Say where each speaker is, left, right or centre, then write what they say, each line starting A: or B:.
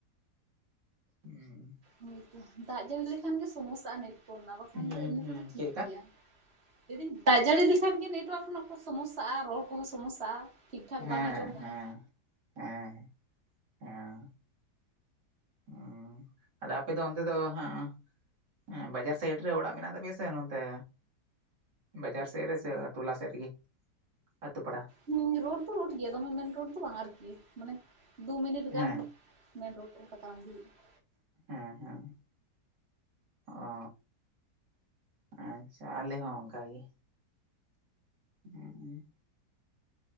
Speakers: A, on the right; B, on the right.
A: ᱦᱩᱸ
B: ᱦᱳᱭᱛᱚ ᱫᱟᱜ ᱡᱟᱹᱲᱤ ᱞᱮᱠᱷᱟᱱ ᱜᱮ ᱥᱚᱢᱚᱥᱥᱟ ᱱᱤᱛ ᱵᱚᱱᱱᱟ ᱵᱟᱠᱷᱟᱱ
A: ᱦᱩᱸ
B: ᱫᱚ ᱮᱢᱱᱤ
A: ᱦᱩᱸ
B: ᱛᱮᱫᱚ ᱴᱷᱤᱠ
A: ᱪᱮᱫ ᱞᱮᱠᱟ
B: ᱜᱮᱭᱟ ᱞᱟᱹᱭ ᱫᱤᱧ ᱫᱟᱜ ᱡᱟᱹᱲᱤ ᱞᱮᱠᱷᱟᱱ ᱜᱮ ᱱᱮᱴᱣᱟᱨᱠ ᱨᱮᱱᱟᱜ ᱥᱚᱢᱚᱥᱥᱟᱼᱟ ᱨᱚᱲ ᱠᱚᱦᱚᱸ ᱥᱚᱢᱚᱥᱥᱟᱼᱟ ᱴᱷᱤᱠ ᱴᱷᱟᱠ
A: ᱦᱮᱸ
B: ᱵᱟᱝ ᱟᱸᱡᱚᱢᱚᱜᱼᱟ᱾
A: ᱦᱮᱸ ᱦᱮᱸ ᱦᱮᱸ ᱦᱩᱸ ᱟᱫᱚ ᱟᱯᱮ ᱫᱚ ᱚᱱᱛᱮ ᱫᱚ ᱦᱚᱸ ᱦᱮᱸ ᱵᱟᱡᱟᱨ ᱥᱟᱭᱤᱰ ᱨᱮ ᱚᱲᱟᱜ ᱢᱮᱱᱟᱜ ᱛᱟᱯᱮᱭᱟ ᱥᱮ ᱱᱚᱛᱮ ᱵᱟᱡᱟᱨ ᱥᱮᱫ ᱨᱮᱥᱮ ᱴᱚᱞᱟ ᱥᱮᱫ ᱨᱮᱜᱮ ᱟ ᱟᱹᱛᱩ‌ ᱯᱟᱲᱟ
B: ᱦᱮᱸ ᱨᱳᱰ ᱫᱚ ᱨᱳᱰ ᱜᱮᱭᱟ ᱫᱚᱢᱮ ᱢᱮᱱ ᱨᱳᱰ ᱫᱚ ᱵᱟᱝ ᱟᱨᱠᱤ ᱢᱟᱱᱮ ᱫᱩ ᱢᱤᱱᱤᱴ
A: ᱦᱮᱸ
B: ᱜᱟᱱ ᱢᱮᱱ ᱨᱳᱰ ᱚᱱᱠᱟ ᱛᱟᱲᱟᱢ ᱤᱫᱤᱭ ᱦᱩᱭᱩᱜᱼᱟ᱾
A: ᱦᱮᱸ ᱦᱮᱸ ᱚ ᱟᱪᱪᱷᱟ ᱟᱞᱮ ᱦᱚᱸ ᱚᱱᱠᱟᱜᱮ ᱦᱮᱸ